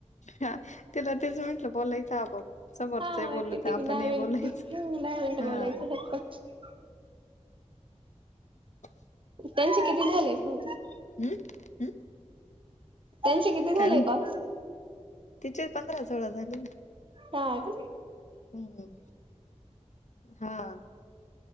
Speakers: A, on the left; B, on the right.
A: ह तिला तेच म्हटलं बोलायच आपोप समोरच
B: हा
A: बोलल
B: किती
A: तर आपणही
B: दहा मिनिट
A: बोलायच
B: दहा मिनिटं
A: हा
B: <inaudible>
A: <inaudible>
B: त्यांचे किती झाले फोन?
A: हम् हम्
B: त्यांचे किती झाले
A: काय म्हणते
B: काल?
A: तिचे पंधरा सोळा झाले.
B: हा ग बाई
A: हमम हा <unintelligible>